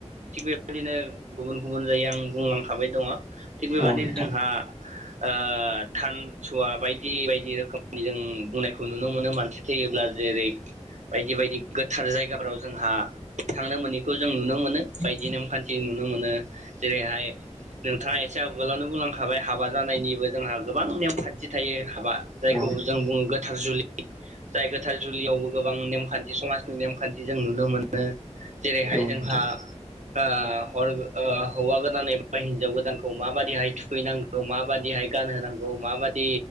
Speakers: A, on the right; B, in the centre.
A: थिग बेबायदिनो गुबुन गुबुन जाय आं बुंलांखाबाय दङ थिग बेबदिनो
B: औ नोंथां
A: जोंहा। ओ थानसुवा बायदि बायदि रोखोमनि जों बुंनायखौ नुनो मोनो मानसि थैयोब्ला जेरै बायदि बायदि गोथार जायगाफोराव जोंहा थांनो मोनैखौ जों नुनो मोनो बायदि नेमखान्थि नुनो मोनो जेरैहाय नोंथाङा एसे आवगोलावनो बुंलांखाबाय। हाबा जानायनिबो जोंहा गोबां नेमखान्थि थायो हाबा जायखौ
B: औ नोंथां
A: जों बुङो गोथार जुलि जाय गोथार जुलियावबो गोबां नेमखान्थि समाजनि नेमखान्थि जों नुनो मोनो जेरैहाय
B: औ
A: जोंहा
B: नोंथां
A: ओ हौवा गोदान एबा हिनजाव गोदानखौ माबादिहाय थुखैनांगौ। गौ माबाददिहाय गानहोनांगौ माबाददि